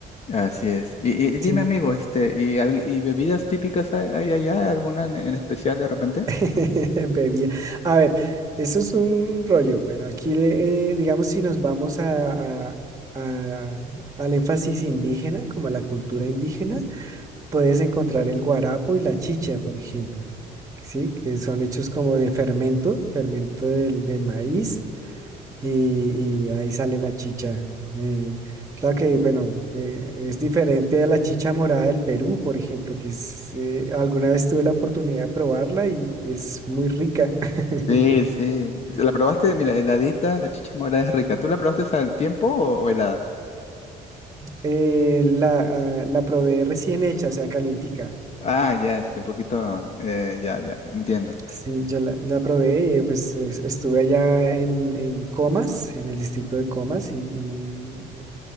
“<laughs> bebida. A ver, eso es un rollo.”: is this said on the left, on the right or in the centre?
Right